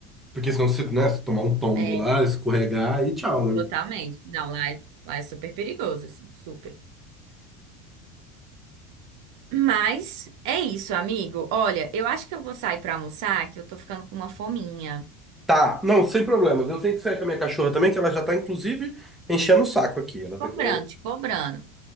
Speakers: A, in the centre; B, on the right.
A: Porque senão você, né, se tomar um tombo
B: É,
A: lá, escorregar e tchau, né?
B: totalmente. Não, lá, é- lá é super perigoso, assim, super. Mas é isso, amigo. Olha, eu acho que eu vou sair pra almoçar, que eu tô ficando com uma fominha.
A: Tá, não, sem problemas. Eu tenho que sair com a minha cachorra também, que ela já tá, inclusive, enchendo o saco aqui.
B: Te
A: Ela
B: cobrando,
A: tá querendo.
B: te cobrando.